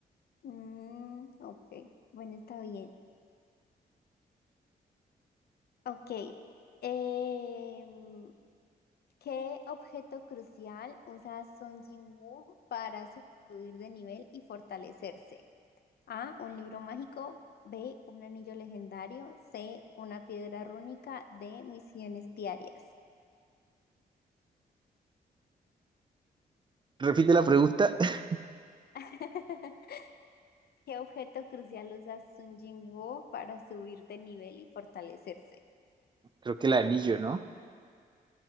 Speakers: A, on the left; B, on the right.
A: Mm, ok, bueno, está bien. Ok. Em, ¿qué objeto crucial usa Son Jin-woo para su- subir de nivel y fortalecerse? A, un libro mágico. B, un anillo legendario. C, una piedra rúnica. D, misiones diarias.
B: Repite la pregunta. <laughs>
A: <laughs> ¿Qué objeto crucial usa Sun Jingwoo para subir de nivel y fortalecerse?
B: Creo que el anillo, ¿no?